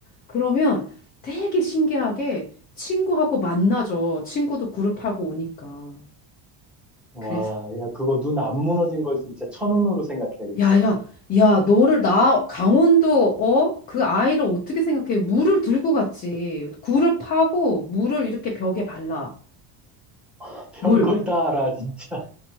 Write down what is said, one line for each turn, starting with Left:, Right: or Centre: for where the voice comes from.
Left: 그러면 되게 신기하게 친구하고 만나죠. 친구도 굴을 파고 오니까.
Centre: 와,
Left: 그래서,
Centre: 야, 그거 눈 안 무너진 걸 진짜 천운으로 생각해야겠다.
Left: 야, 야, 야, 너를 나 강원도, 어? 그 아이를 어떻게 생각해? 물을 들고 갔지. 굴을 파고 물을 이렇게 벽에 발라.
Centre: <laughs> 별걸
Left: 물.
Centre: 다 알아, 진짜.